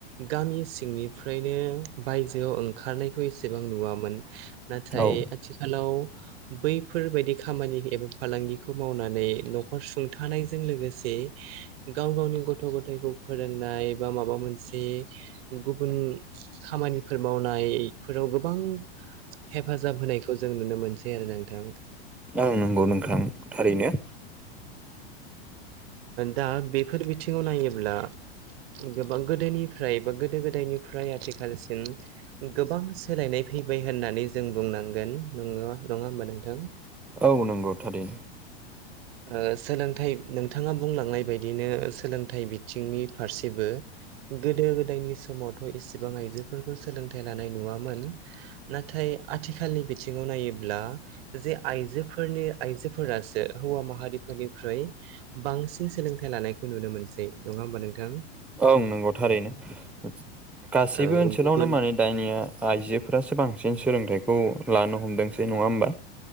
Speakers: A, on the right (about 65°); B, in the centre.
A: गामि सिंनिफ्रायनो बायजोआव ओंखारनाय एसेबां नुवामोन नाथाय
B: औ
A: आथिखालाव बैफोरबायदि खामानि एबा फालांगिखौ मावनानै न'खर सुंथानायजों लोगोसे गाव गावनि गथ' गथथायखौ फोरोंनाय बा माबा मोनसे गुबुन खामानिफोर मावनाय फोराव गोबां हेफाजाब होनायखौ जों नुनो मोनसै आरो ना नोंथां।
B: ओं नंगौ नोंथां थारैनो।
A: दा बेफोर बिथिङाव नायोब्ला गोबां गोदोनिफ्राय बा गोदो गोदायनिफ्राय आथिखालसिम गोबां सोलायनाय फैबाय होननानै जों बुंनांगोन नों नङा होमबा नोंथां?
B: औ नंगौ थारैनो
A: ओ सोलोंथाइ नोंथाङा बुंलांनाय बायदिनो सोलोंथाइ बि थिंनि फारसेबो गोदो गोदायनि समावथ' इसिबां आइजोफोरखौ सोलोंथाइ लानाय नुवामोन नाथाय आथिखालनि बिथिङाव नायोब्ला जे आइजोफोरनि आइजोफोरासो हौवा माहारिफोरनिख्रुइ बांसिन सोलोंथाइ लानायखौ नुनो मोनसै नङा होमबा नोंथां?
B: औं नंगौ थारैनो गासैबो
A: औ
B: ओनसोलावनो
A: गुबुन
B: मोनो। दानिया आइजोफोरासो बांसिन सोलोंथाइखौ लानो हमदोंसै नङा होमबा?